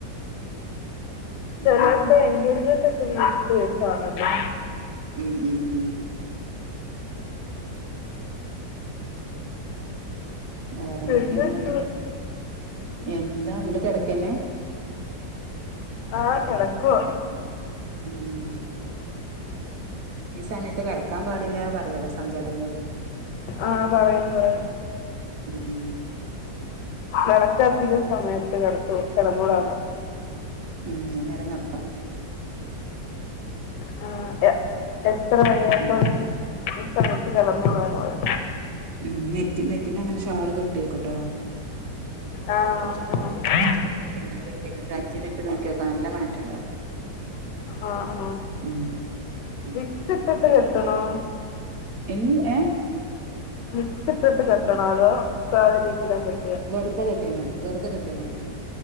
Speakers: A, on the right; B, on the left.
A: ഉം
B: ചെലോർടെ എൻഗേജ്മെന്റോ ക്കെ വീട്ടിൽ വെച്ചാണല്ലോ
A: ഉം ഉം ഉം വേറെന്തൊക്കെയാണ്
B: പിന്നെന്തുവാ
A: എന്നിട്ട്? എന്താ ന്നിട്ട് കിടക്കന്നെ?
B: ആഹ് കിടക്കുവാ.
A: ഉം ഈ സമയത്ത് കിടക്കാൻ പാടില്ല പറയാലോ സന്ധ്യ ടൈമില്.
B: ആഹ പറയും പറയും
A: ഉം
B: വിളക്കു കത്തിക്കുന്ന സമയത്ത് കിടത്തൂ കിടന്നൂടെ
A: ഉം ഇ നേര നട
B: ആ എത്ര വയ്യാത്ത
A: ഉം
B: ഒരു സ്ഥലത്ത് കിടന്നൂടാ എന്ന് പറയും
A: ഉം നെറ്റി നെറ്റിമ്മ അങ്ങനെ ഷാള് കെട്ടിയോക്കട്ടോ
B: ആഹ്
A: അറച്ച
B: ആഹ്
A: കുറച്ചങ്ങ ങ്ങൊ അഞ്ച് മിനി നോിയോക്ക നല്ല മാറ്റംണ്ടാവും
B: ആ ആ
A: ഉം ഉം
B: വിക്സ് ഇട്ടിട്ട് ആ
A: ഇൽ യെ
B: വിക്സ്‌ ഇട്ടിട്ട് കെട്ടണം അതോ സദ രീതിയില കെ
A: വെറുതെ കെട്ടിയൽ മതി വെറുതെ കെട്ടിയാ മതി